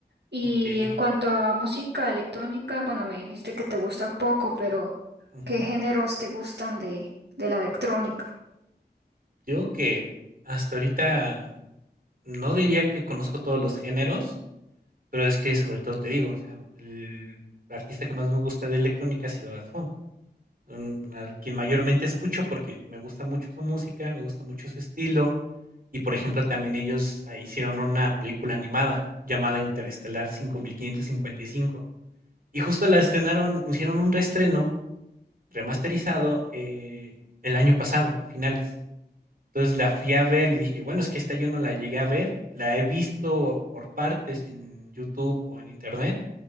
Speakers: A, on the right; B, on the right.
A: Y
B: Okey,
A: en cuanto a música electrónica, bueno, me dijiste que te gusta poco, pero
B: ujú.
A: ¿qué géneros te gustan de, de la electrónica?
B: Digo que hasta ahorita no diría que conozco todos los géneros, pero es que sobre todo te digo, o sea, el artista que más me gusta de electrónica ha sido Daft Punk. Mm, al quien mayormente escucho, porque me gusta mucho su música, me gusta mucho su estilo. Y, por ejemplo, también ellos, ah, hicieron una película animada llamada Interestelar 5555. Y cinco. Y justo la estrenaron hicieron un reestreno remasterizado, eh, el año pasado, a finales. Entonces, la fui a ver y dije: "Bueno, es que esta yo no la llegué a ver". La he visto por partes en YouTube o en Internet,